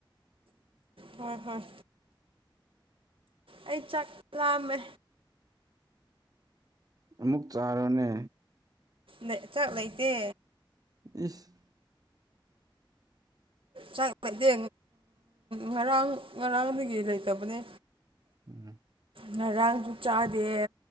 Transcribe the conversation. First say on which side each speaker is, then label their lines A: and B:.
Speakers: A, on the right; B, on the right.
A: ꯍꯣꯏ ꯍꯣꯏ ꯑꯩ ꯆꯥꯛ ꯂꯥꯝꯃꯦ
B: ꯑꯃꯨꯛ ꯆꯥꯔꫭꯅꯦ
A: ꯂꯩ ꯆꯥꯛ ꯂꯩꯇꯦ
B: ꯏꯁ <unintelligible>
A: ꯆꯥꯛ ꯂꯩꯇꯦ ꯉꯔꯥꯡ ꯉꯔꯥꯡꯗꯒꯤ ꯂꯩꯇꯕꯅꯦ
B: ꯎꯝ
A: ꯉꯔꯥꯡꯖꯨ ꯆꯥꯗꯦ